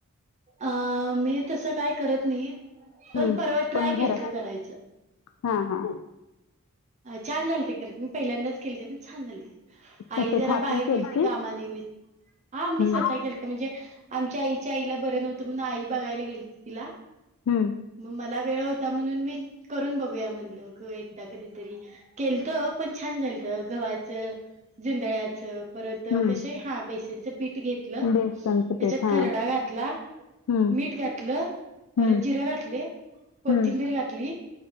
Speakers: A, on the right; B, on the left.
A: अं मी तसं करत नाही ये,
B: हम्म.
A: पण परवा
B: कोण
A: ट्राय केलंत
B: घरात
A: करायचं.
B: हा -हा.
A: छान झाले ते खरं त मी पहिल्यांदाच केलंते पण छान झाले ते.
B: कसे
A: आई जरा
B: थापी
A: बाहेर
B: केलतीस?
A: गेलती कामानिमित् हा आम्ही
B: हम्म.
A: स्वतः केलंतो म्हणजे आमच्या आईच्या आईला बरं नव्हतं, मग आई बघायला गेलंती तिला.
B: हम्म,
A: म मला वेळ होता म्हणून मी करून बघूया म्हणलं, क एकदा कधीतरी केलंत पण छान झालंत गव्हाचं जुंडळ्याचं परत
B: हम्म.
A: कशे हा बेसनचं पीठ घेतलं.
B: बेसनचं
A: त्याच्यात
B: पीठ हा.
A: खरडा घातला
B: हम्म.
A: मीठ घातलं, परत
B: हम्म.
A: जिरं घातले, कोथिंबीर
B: हम्म.
A: घातली.